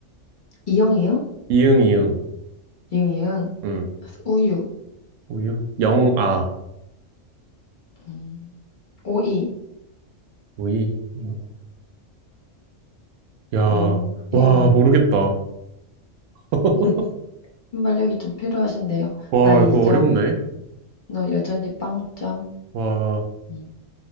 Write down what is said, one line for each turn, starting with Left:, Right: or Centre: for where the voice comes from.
Left: 이응 이응?
Right: 이응, 이응,
Left: 이응 이응.
Right: 응,
Left: 우유.
Right: 우유, 영, 아,
Left: 응. 오이.
Right: 우이, 이응. 야,
Left: 오. 이응
Right: 와,
Left: 이응.
Right: 모르겠다. <laughs>
Left: <laughs> 순발력이 좀 필요하신데요.
Right: 와,
Left: 나 2점.
Right: 이거 어렵네.
Left: 너 여전히 0점.
Right: 와,
Left: 응.